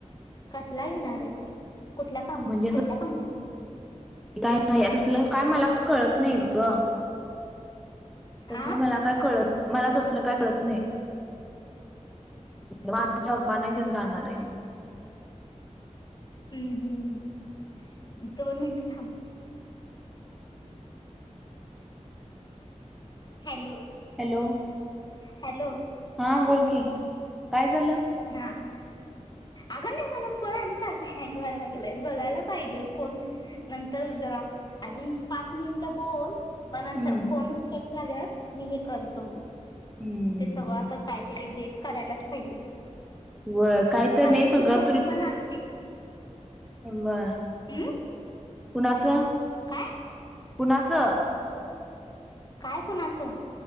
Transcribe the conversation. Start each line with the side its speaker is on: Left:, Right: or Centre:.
Left: कसला घेणार आहेस कुठल्या क
Centre: म्हणजे
Left: कुठल्या कंपनी
Centre: काय नाहीत असलं काय मला कळत नाही ग? तसलं
Left: आ
Centre: मला काय कळत, मला तसलं काय कळत नाही. माझ्या पप्पांना घेऊन जाणार आहे.
Left: हम्म हम्म दोन मिनिटं थांब. हॅलो.
Centre: हॅलो.
Left: हॅलो.
Centre: हा बोल की काय झालं?
Left: हां. अगं नाही माझा फोन आणि सारखा हँग व्हायला लागलाय बघायला पाहिजे फोन. नंतर जरा अजून पाच मिनिटं बोल पण नंतर
Centre: हम्म
Left: फोन कट झाल्यावर मी हे करतो मग.
Centre: हम्म
Left: ते सगळं आता काहीतरी लेट करायलाच पाहिजे.
Centre: व काही
Left: फालतूची
Centre: तर नाही सगळं
Left: फोटो पण असतील.
Centre: बर
Left: हम्म?
Centre: कुणाचं?
Left: काय?
Centre: कुणाचं?
Left: काय कुणाचं?